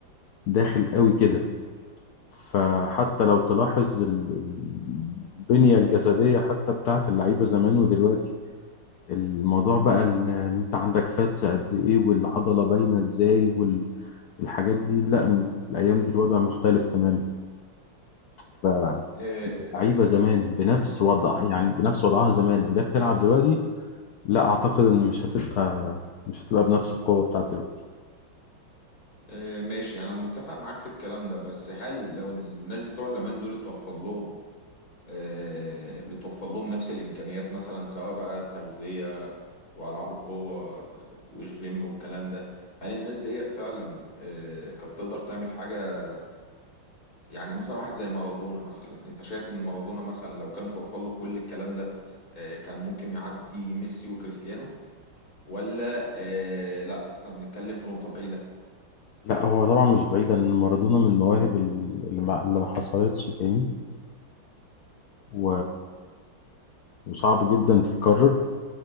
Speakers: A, on the left (about 75°); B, on the left (about 45°).
A: داخل قوي كده فحتى لو تلاحظ ال- البنية الجسدية حتى بتاعت اللعيبة زمان ودلوقتي الموضوع بقى إن أنت عندك فاتس قد إيه والعضلة باينة إزاي والحاجات دي لأ الأيام دي الوضع مختلف تماما ف
B: إيه
A: لعيبه زمان بنفس وضع يعني بنفس وضعها زمان وجت تلعب دلوقتي لا اعتقد ان مش هتبقى مش هتبقى بنفس القوه بتاعت دلوقتي
B: إيه ماشي انا متفق معاك في الكلام ده بس هل لو الناس بتوع زمان دول اتوفر لهم إيه بتوفر لهم نفس الامكانيات مثلا سواء بقى التغذية والعاب القوة والجيم والكلام ده هل الناس ديت فعلا إيه كانت تقدر تعمل حاجة يعني مثلا واحد زي مارادونا مثلا انت شايف ان مارادونا مثلا لو كان اتوفر له كل الكلام ده آه، كان ممكن يعدي ميسي وكريستيانو ولا آه لا احنا بنتكلم في نقطة بعيدة
A: لا هو طبعا مش بعيد ان مارادونا من المواهب اللي ما, اللي ما حصلتش تاني و... وصعب جدا تتكرر